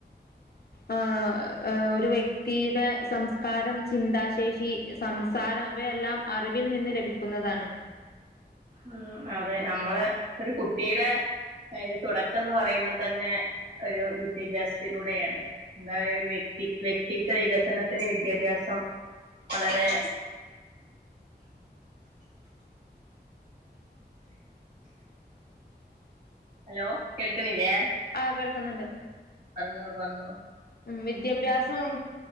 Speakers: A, on the left; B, on the right.
A: ആഹ ഒരു വ്യക്തിയുടെ സംസ്കാരം ചിന്താശേഷി സംസാരം ഇവയെല്ലാം റിവിൽ നിന്ന് ലഭി ക്കുന്നതാണ്.
B: ഉം അതെ നമ്മളെ ഒരു കുട്ടിടെ അയ്ന് തുട ക്ക് ന്ന് പറയുന്നത് തന്നെ ഒരു വിദ്യഭ്യാസത്തിലൂടെയാണ്. ഉണ്ടായ ഒരു വ്യക്തി വ്യക്തിത്വ വികസനത്തിന് വിദ്യാഭ്യാസം വളരെ ഹലോ കേൾക്ണില്ലേ?
A: ആ കേൾക്കുന്നുണ്ട്.
B: പറഞ്ഞോളു പറഞ്ഞോളു
A: ഉം വിദ്യാഭ്യാസം ഉം